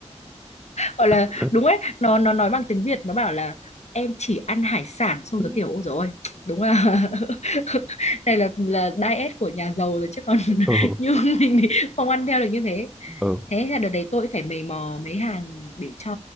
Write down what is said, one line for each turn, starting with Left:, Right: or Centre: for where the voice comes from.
Left: gọi là
Centre: <laughs> ừ
Left: đúng ấy nó nó nói bằng tiếng Việt nó bảo là em chỉ ăn hải sản xong
Centre: ừ
Left: rồi kiểu ôi dồi ôi, đúng là <laughs> này là là diet của nhà giàu rồi chứ còn
Centre: ừ
Left: <laughs> như mình thì không ăn theo được như thế
Centre: ừ
Left: thế là đợt đấy tôi phải mày mò mấy hàng để cho